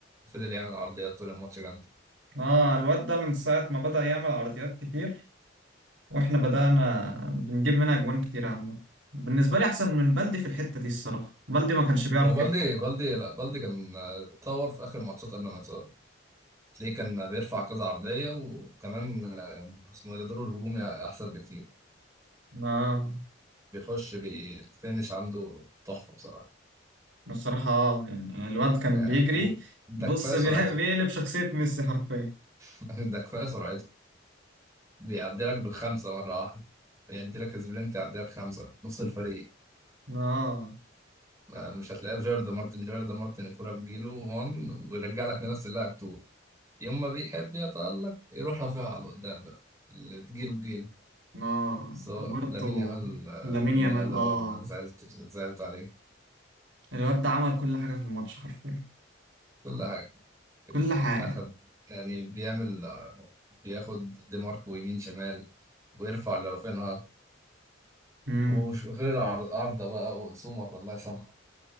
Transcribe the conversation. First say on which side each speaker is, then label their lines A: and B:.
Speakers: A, on the right (about 15°); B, on the right (about 70°).
A: فضل يعمل عرضيات طول الماتش جامده
B: اه الواد ده من ساعة ما بدأ يعمل عرضيات كتير واحنا بدأنا بنجيب منها أجوان كتير عامة بالنسبة لي أحسن من بلدي في الحتة دي الصراحة بلدي ما كانش بيعرف
A: هو بالدي
B: يرفع
A: بالدي لا بالدي كان آه، اتطور في اخر الماتشات قبل ما يتصاب تلاقيه كان بيرفع كذا عرضيه وكمان آه، اسمه إيه ده دوره الهجومي احسن بكتير
B: اه
A: بيخش بالفينش عنده تحفه بصراحه
B: الصراحة اه يعني الواد كان
A: يعني
B: بيجري
A: هو- ده
B: بص
A: كفايه
B: بي-
A: سرعته
B: بيقلب شخصية ميسي حرفيا
A: <laughs> ده كفايه سرعته بيعدي لك بالخمسه مره واحده يدي لك سبرنت يعدي لك خمسه نص الفريق
B: اه
A: مش هتلاقيه في جيرد مارتن جيرد مارتن الكرة بتجيله 1 ويرجع لك لنفس اللاعب 2 يوم ما بيحب يتألق يروح رافعها على قدام بقى اللي تجيله بجيله
B: اه
A: سواء
B: برضه
A: لامين يامال
B: لامين
A: لامين
B: يامال
A: يامال هو
B: اه
A: اللي زعلت زعلت عليه
B: الواد ده عمل كل حاجة في الماتش حرفيا
A: كل حاجة
B: كل حاجة
A: أخد يعني بيعمل بياخد دي ماركو يمين شمال ويرفع اللي رافينها
B: امم
A: وغير عرضة بقى وسومر الله يسامحه